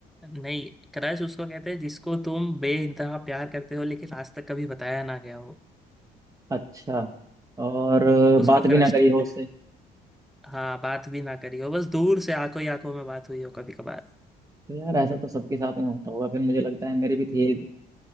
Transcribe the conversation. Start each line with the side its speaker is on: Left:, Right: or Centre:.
Centre: नहीं क्रश उसको कहते हैं जिसको तुम बेइंतहा प्यार करते हो लेकिन आज तक कभी बताया ना गया हो
Right: अच्छा और अ,
Centre: उसको
Right: बात भी
Centre: क्रश
Right: ना करी
Centre: कहते
Right: हो उससे
Centre: हैं हाँ बात भी ना करी हो बस दूर से आंखों ही आंखों में बात हुई हो कभी कभार
Right: तो यार ऐसा तो सबके साथ में होता होगा फिर मुझे लगता है मेरी भी थी अ,